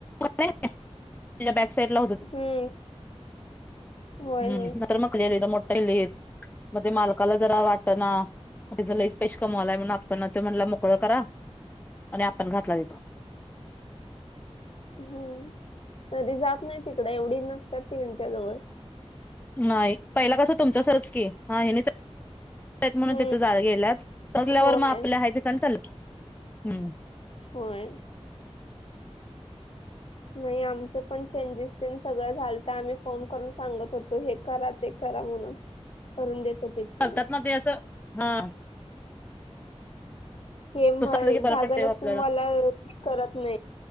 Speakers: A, on the left (about 15°); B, on the left (about 55°).
A: नाही नाही त्याच्या बॅक साईड ला होत.
B: हम्म होय
A: हम्म
B: होय.
A: नंतर तर मोठ्याली मग ते मालकाला जरा वाटना तं लईच पैश कमावलाय म्हणा आपणना ता म्हणला मोकळ करा. आणि आपण घातला देतो.
B: हम्म कधी जात नाही तिकड एवढी नसतात त्यांच्या जवळ
A: नाही पहिला कसं तुमचं असलच की हा यांनीच म्हणून
B: हम्म.
A: तिथे गेल्यास सजल्यावर
B: होय
A: मग आपल आहे ते काम चालू हम्म
B: होय. नाही आमचे पण चेंजेस तेन सगळ झालत आम्ही फोन करून सांगत होतो हे करा ते करा. ते करा म्हणून करून देत होतीत त्यांनी
A: करतात मग ते असं हा
B: हे
A: तसं असलं की बरं
B: भागलक्ष्मी
A: पडतंय ओ आपल्याला
B: मला हे करत नाही.